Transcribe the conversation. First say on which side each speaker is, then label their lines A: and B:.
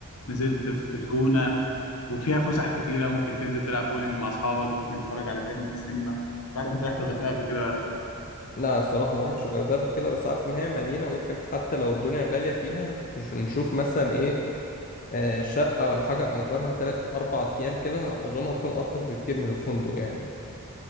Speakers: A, on the left; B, on the left.
A: نزلت في الجونه وفيها فسح كتيره ممكن تنزل تلعب بولينج مع اصحابك ممكن تتفرج على فيلم في السينما مش عارف انت رحت الغردقه قبل كده ولا لا
B: لا الصراحة ما رحتش غير ده قبل كده بس عارف إن هي مدينة ممكن حتى لو الدنيا غالية فيها تش- نشوف مثلا إيه آه، شقة ولا حاجة نأجرها تلات أربع أيام كده أظن هتكون أرخص بكتير من الفندق يعني